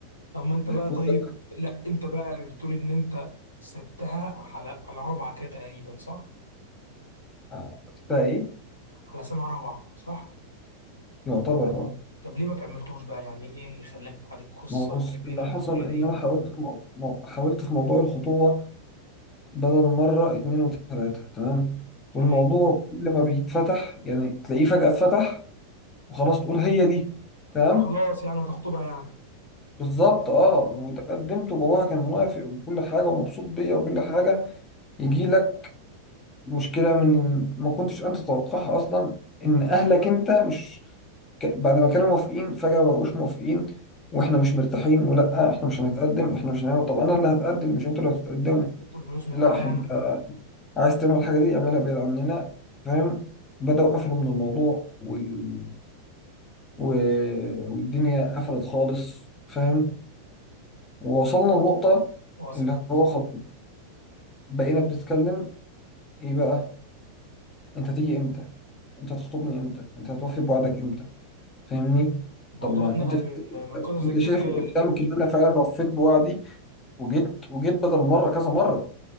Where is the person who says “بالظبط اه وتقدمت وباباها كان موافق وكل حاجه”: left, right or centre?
Left